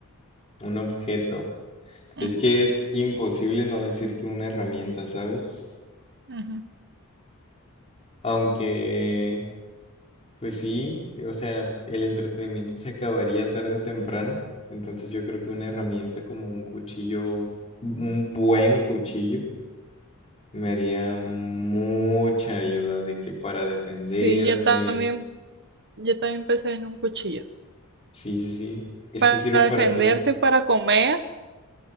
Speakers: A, on the left; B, on the right.
A: un objeto.
B: Ujú,
A: Es que es imposible no decir que una herramienta, ¿sabes?
B: ujú.
A: Aunque, pues sí, eh, o sea, el entretenimiento se acabaría tarde o temprano. Entonces yo creo que una herramienta como un cuchillo, un buen cuchillo, me haría mucha ayuda de que para defenderme.
B: Sí, yo también, yo también pensé en un cuchillo.
A: Sí, sí, sí. Es
B: Para
A: que sirve para
B: defenderte,
A: todo,
B: para comer,